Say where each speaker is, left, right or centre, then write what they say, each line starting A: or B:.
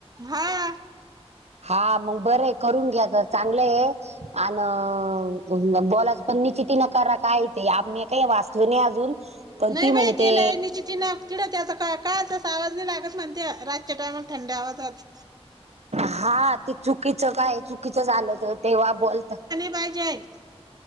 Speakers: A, on the right (about 35°); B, on the right (about 80°).
A: हा.
B: हा मग बरं करून घ्या तर चांगले आहे अ बॉलाच पण निश्चिती न करा का य ते आ्ही काही वाचल नाही अजून पण
A: नाही
B: ती म्हणे
A: बाई
B: ते
A: तेलाच तिनं कीड त्याचा का काय तसं आवाज नाही लागत म्हणते रातच्या टायमाला थंड आवाजात
B: हा ते चुकीचं काय चुकीचंच झालं तर तेव्हा बोलत
A: पाहिजय